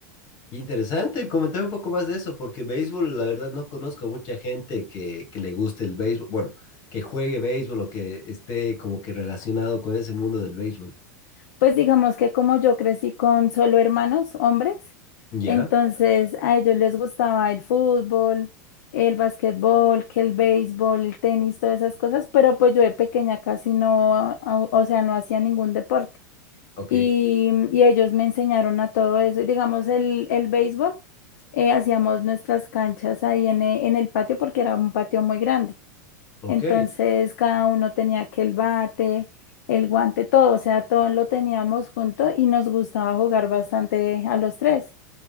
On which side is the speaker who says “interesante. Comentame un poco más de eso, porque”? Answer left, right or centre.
Left